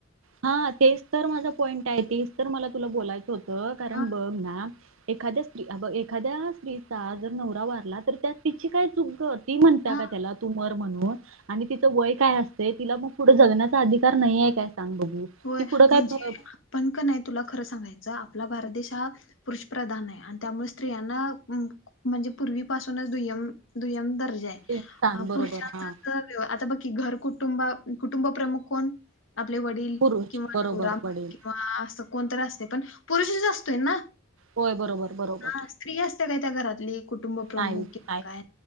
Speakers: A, on the right (about 75°); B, on the left (about 70°).
A: हा तेच तर माझा पॉइंट आहे. तेच तर मला तुला बोलायचं होत. कारण
B: हा
A: बघ ना एखाद्या अ एखाद्या स्त्रीचा जर नवरा वारला तर त्या तिची काय चुकं ती म्हणता
B: हा
A: का त्याला तु मर म्हणून आणि तिचं वय काय असते? तिला मग पुढे जगण्याचा अधिकार नाही आहे काय सांग बघू. ती
B: होय
A: पुढं
B: म्हणजे
A: काय प-
B: आपण का नाही तुला खरं सांगायचं आपला भारत देश हा पुरुष प्रधान आहे आणि त्यामुळे स्त्रियांना म्हणजे पूर्वीपासूनच दुयम दुय्यम दर्जा आहे.
A: सांग बरोबर
B: पुरुषांचा
A: हा
B: तर आता बघकी घर कुटुंबा कुटुंब प्रमुख कोण? आपले वडिल
A: पुरुष
B: किंवा
A: बरोबर
B: नवरा म्हण
A: वडील
B: किंवा असं कोणतरी असते. पण पुरुषच असतोय ना?
A: होय बरोबर. बरोबर
B: हा स्त्री असते काय त्या घरातली कुटुंब प्रमुख
A: नाही नाही
B: किंवा काय